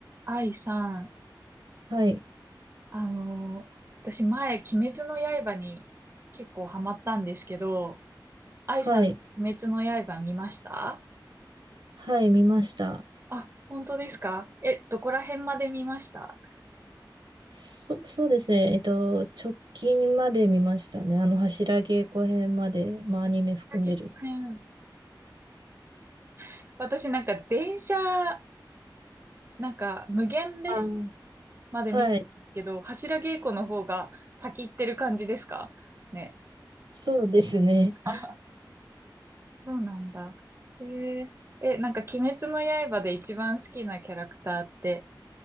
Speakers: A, on the right; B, on the right.
A: 愛さん、
B: はい、
A: あのー私前、鬼滅の刃に結構ハマったんですけど、愛さん、
B: はい、
A: 鬼滅の刃見ました
B: はい、見ました。
A: あ、本当ですかえ、どこら辺まで見ました
B: そ、そうですね。えっと、直近まで見ましたね。あの、柱稽古編まで、まあ、アニメ含める。
A: 先編。<laughs> 私なんか電車、なんか無限列車
B: あー
A: まで見たんですけど、
B: はい、
A: 柱稽古の方が先行ってる感じですかね。
B: そうですね。
A: <laughs>
B: <laughs>
A: そうなんだ。えーえ、なんか鬼滅の刃で一番好きなキャラクターって